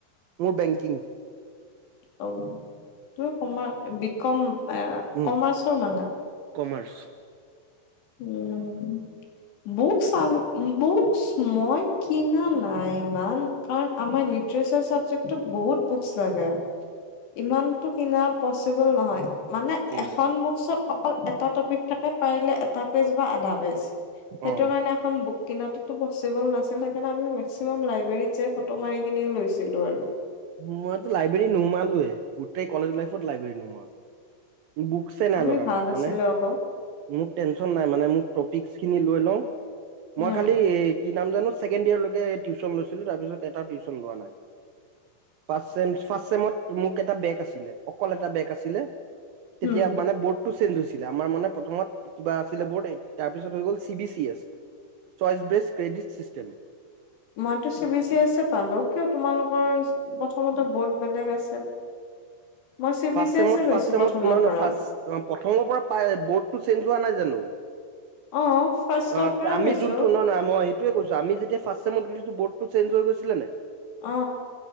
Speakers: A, on the right; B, on the left.
A: মোৰ বেংকিং।
B: অ', তুমি কমা-বিকম
A: উম
B: কমাৰ্চৰ মানে।
A: কমাৰ্চ।
B: উম, বুকচ চাও, বুকচ মই কিনা নাই ইমান, কাৰণ আমাৰ লিটাৰেচাৰ চাবজেক্ট তত বহুত বুকচ লাগে। ইমানতো কিনা পচ চিবল নহয়। মানে
A: উম
B: এখন বুকচত অকল এটা টপিক থাকে, পাৰিলে এটা পেজ বা আধা পেজ। সেইটো
A: অ
B: কাৰণে এখন বুক কিনাতটোতো পচিবল নাছিল, সেইকাৰণে আমি মেক্সিমাম লাইব্ৰেৰীত যাই ফটো মাৰি কিনে লৈছিলো আৰু।
A: মইতো লাইব্ৰেৰী নোহোমালোৱে। গোটেই কলেজ লাইফত লাইব্ৰেৰী নোহোমালু। বুকছে নাই
B: আমি
A: লগা
B: ভাল
A: মোক
B: আছিলো
A: মানে,
B: আকৌ
A: মোক টেনচন নাই মানে মোক টপিকচ খিনি লৈ লওঁ।
B: উম
A: মই খালি কি নাম জানো ছেকেণ্ড ইয়েৰ লৈকে টিউছন লৈছিলো, তাৰপিছ এটাও টিউছন লোৱা নাই। ফাৰ্ষ্টচেম-ফাৰ্ষ্টচেমত মোক এট এটা বেগ আছিলে। অকল এটা বেগ আছিলে,
B: উম
A: তেতিয়া মানে ব'ৰ্ড টো চেঞ্জ হৈছিলে, আমাৰ মানে প্ৰথম কিবা আছিলে বৰ্ড, তাৰপিছত হৈ গ'ল C B C S, choice based credit system.
B: মইতো চি বি চি এছে পালো, কিয় তোমালোকৰ প্ৰথমতে বৰ্ড বেলেগ আছিল? মই চি
A: ফাৰ্ষ্টচেমত-ফাৰ্ষ্টচেমত
B: বি চি এছে পাইছো প্ৰথমৰ
A: নহয়-নহয়
B: পৰা
A: ফাষ্ট, অ, প্ৰথমৰ পৰা পা-বৰ্ডটো চেঞ্জ হোৱা নাই জানো?
B: অ। ফাৰ্ষ্টৰ
A: অ'
B: পৰাই
A: আমি
B: পাইছো
A: যোনটো ন-নহয় মই সেই তোৱেই কৈছো আমি যেতিয়া ফাষ্ট চেমত গৈছিলোঁ বৰ্ডটো ছেঞ্জ হৈ গৈছিলে নে।
B: অ।